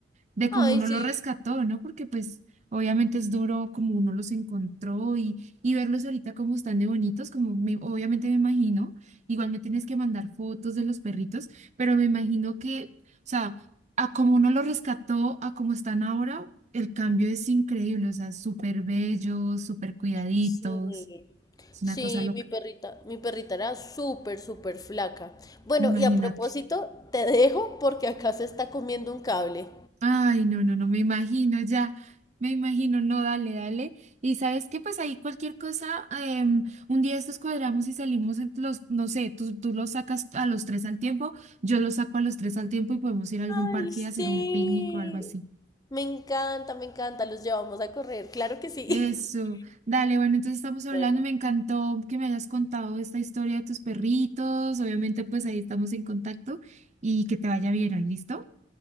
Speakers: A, on the right; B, on the left.
A: de
B: ay,
A: cómo uno
B: sí.
A: los rescató, ¿no? Porque pues obviamente es duro como uno los encontró y, y verlos ahorita como están de bonitos, como me- obviamente me imagino, igual me tienes que mandar fotos de los perritos, pero me imagino que, o sea, a como uno los rescató, a como están ahora, el cambio es increíble, o sea, súper bellos, súper cuidaditos,
B: Sí,
A: es
B: sí,
A: una cosa loca,
B: mi perrita, mi perrita era súper, súper flaca. Bueno,
A: imagínate.
B: y a propósito, te dejo porque acá se está comiendo un cable.
A: Ay, no, no, no, me imagino ya, me imagino, no, dale, dale. Y sabes que pues ahí cualquier cosa, em, un día estos cuadramos y salimos en los, no sé, tú, tú los sacas a los tres al tiempo, yo los saco a los tres al tiempo y podemos ir a algún
B: Ay,
A: parque
B: sí.
A: y hacer un picnic o algo así.
B: Me encanta, me encanta. Los llevamos a correr, claro que sí.
A: Eso,
B: <laughs>
A: dale, bueno, entonces estamos hablando,
B: Bueno.
A: me encantó que me hayas contado esta historia de tus perritos, obviamente pues ahí estamos en contacto y que te vaya bien, ¿listo?